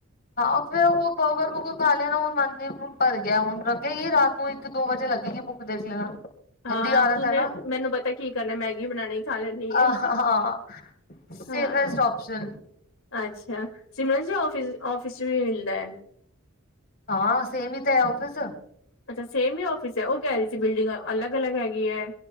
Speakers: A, on the left; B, on the left.
A: ਹਾਂ ਫਿਰ ਉਹ ਬਰਗਰ ਬੁਰਗਰ ਖਾ ਲਿਆ ਨਾ ਹੁਣ ਮੰਨ ਭਰ ਗਿਆ ਹੁਣ ਲੱਗੇਗੀ ਰਾਤ ਨੂੰ ਇੱਕ ਦੋ ਵਜੇ ਲੱਗੇਗੀ ਭੂਖ ਉਹ ਦੇਖ ਲੈਣਾ।
B: ਹਾਂ
A: ਗੰਦੀ ਆਦਤ
B: ਤੂੰਨੇ
A: ਹੈ ਨਾ
B: ਮੈਨੂੰ ਪਤਾ ਕੀ ਕਰਨਾ ਮੈਗੀ ਬਣਾਣੀ। ਖਾ ਲੈਂਦੀ ਏ
A: ਹਾਂ ਸੇਫਸਟ
B: ਹਾਂ।
A: ਆਪਸ਼ਨ
B: ਅੱਛਾ ਸਿਮਰਨ ਜਾਓ ਔਫਿਸ, ਔਫਿਸ 'ਚ ਵੀ ਮਿਲਦਾ ਹੈ।
A: ਹਾਂ ਸੇਮ ਹੀ ਤਾਂ ਹੈ ਔਫਿਸ।
B: ਅੱਛਾ ਸੇਮ ਹੀ ਆਫਿਸ ਹੈ ਉਹ ਕਹਿ ਰਹੀ ਸੀ, ਬਿਲਡਿੰਗ ਅਲੱਗ, ਅਲੱਗ ਹੈਗੀ ਹੈ।